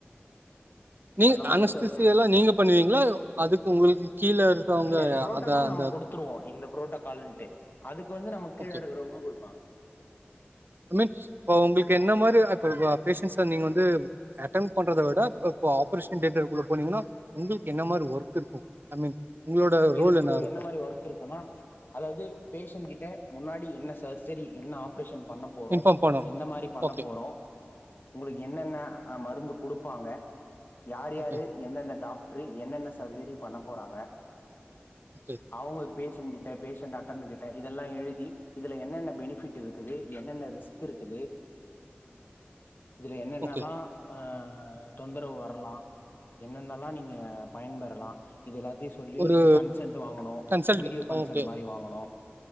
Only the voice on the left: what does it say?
மாரி
சர்ஜரி
இல்ல புரோட்டோக்கால்
நம்ம குடுத்துருவோ இந்த ப்ரோட்டோக்காலுன்ட்டு அதுக்கு வந்து நம்ம கீழ
இருக்கிறவங்க குடுப்பாங்
எனக்கு
என்ன மாரி ஒர்க் இருக்குன்னா அதாவது பேஷன் கிட்ட முன்னாடி என்ன சர்ஜரி என்ன ஆப் ப்ரேஷன் பண்ண போறோ
எந்த மாரி பண்ண
போறோ உங்களுக்கு என்னென்ன அ மருந்துப் குடுப்பாங்க யாரு
யாரு எந்தெந்த டாக் ட்ரு என்னென்ன சர்ஜரி பண்ண போறாங்க
அவங்க பேஷன் கிட்ட பேஷன்ட் டாக் டன்னுகிட்ட இதெல்லா எழுதி இதுல என்னென்ன பெனிஃபிட் இருக்குது என்னென்ன ரிஸ்க் இருக்குது
இதுல என்னென்னலா
அ அ தொந்தரவு வரலா என்னென்னல்லா நீங்க பயன்பெறலா இது எல்லாத்தையு சொல்லி
கன்சன்ட் வாங்கனு
வீடியோ கன்சென்ட்
மாரி வாங்கனு